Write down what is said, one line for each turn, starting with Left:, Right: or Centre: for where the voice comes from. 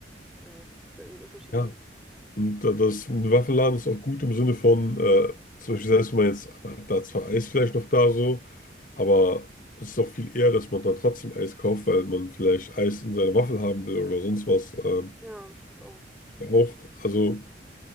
Centre: Ja, die da irgendwie einen Unterschied
Left: ja,
Centre: machen.
Left: und äh, das ein Waffenladen ist auch gut im Sinne von, äh, zum Beispiel selbst wenn man jetzt, man hat da zwar Eis vielleicht noch da so, aber es ist auch viel eher, dass man da trotzdem Eis kauft, weil man vielleicht Eis in seine Waffel haben will oder sonst was. Äh,
Centre: Ja, das stimmt auch.
Left: auch, also.